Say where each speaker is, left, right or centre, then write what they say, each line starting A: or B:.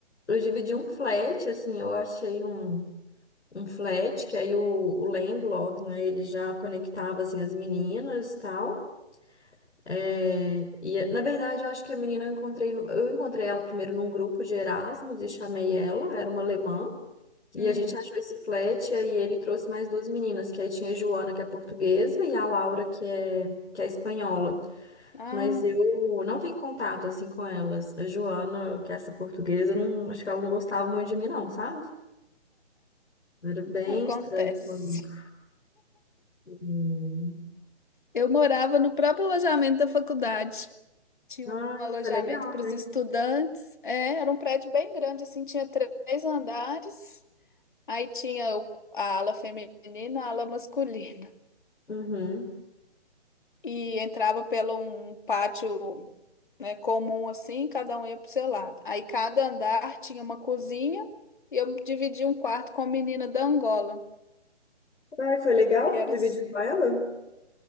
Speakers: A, on the left; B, on the left.
A: Eu dividi um flat, assim, eu achei um, um flat, que aí o, o landlord, né, ele já conectava, assim, as meninas e tal. É, e, na verdade, eu acho que a menina eu encontrei, no- eu encontrei ela primeiro num grupo de Erasmus e chamei ela, era uma alemã. E
B: Hum,
A: a gente achou esse flat, e aí ele trouxe mais duas meninas, que aí tinha a Joana, que é portuguesa, e a Laura, que é, que é espanhola.
B: ah,
A: Mas eu não tenho contato, assim, com elas. A Joana, que é essa portuguesa, eu não, acho que ela não gostava muito de mim, não, sabe? Era bem
B: acontece.
A: estranho comigo. E...
B: Eu morava no próprio alojamento da faculdade. Tinha
A: Ah,
B: um alojamento
A: isso é legal,
B: para
A: né?
B: os estudantes. É, era um prédio bem grande, assim, tinha três andares. Aí tinha o- a ala feminina, a ala masculina.
A: Uhum.
B: E entrava pelo um pátio né, comum assim, cada um ia pro seu lado. Aí cada andar tinha uma cozinha e eu dividi um quarto com a menina da Angola,
A: Ai, foi legal
B: que era
A: dividir
B: s-
A: com ela?